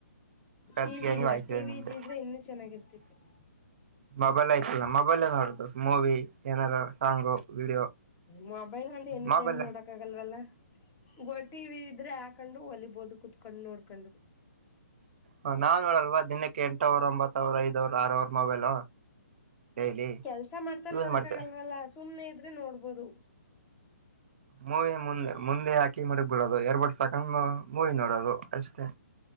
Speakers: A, on the right; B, on the left.
A: ಖರ್ಚಿಗೆ
B: ಟಿ ವಿ
A: ಹೆಂಗ
B: ಇಲ್ಲ
A: ಆಯ್ತಿದೆ
B: ಟಿವಿ
A: ನಿಮ್ಗೆ
B: ಇದ್ದಿದ್ರೆ ಇನ್ನುೂ ಚೆನ್ನಾಗಿರ್ತಿತು <inaudible>
A: ಮೊಬೈಲ್ ಆಯ್ತಲ್ಲ ಮೊಬೈಲ್ ನೋಡದು ಮೂವಿ ಏನಾರು ಸಾಂಗು ವಿಡಿಯೋ
B: ಮೊಬೈಲ್ ಅಂದ್ರೆ ಎನಿ
A: ಮೊಬೈಲ್
B: ಟೈಮ್ ನೋಡಕ್ ಆಗಲ್ವಲ್ಲ ದೊಡ್ಡ ಟಿವಿ ಇದ್ರೆ ಹಾಕೊಂಡು ಹೊಲಿಬೋದು ಕುೂತ್ಕೊಂಡು ನೋಡ್ಕೊಂಡು
A: ಹ ನಾವ್ ನೋಡಲ್ವಾ ದಿನಕ್ಕೆ ಎಂಟ ಅವರ್ ಒಂಬತ್ ಅವರ್ ಐದ್ ಅವರ್ ಆರ ಅವರ್ ಮೊಬೈಲ್ ಡೈಲಿ
B: ಕೆಲ್ಸ ಮಾಡ್ತಾ
A: ಯೂಸ್
B: ನೋಡಕ್
A: ಮಾಡ್ತೆ
B: ಆಗಲ್ವಲ್ಲ ಸುಮ್ನೆ ಇದ್ರೆ ನೋಡ್ಬೋದು
A: ಮೂವಿ ಮುಂದೆ ಮುಂದೆ ಹಾಕಿ ಮಾಡಾಗಬಿಡೋದು ಎರ್ ಬಡ್ ಹಾಕಿಕೊಂಡು ಮೂವಿ ನೋಡೋದು ಅಷ್ಟೇ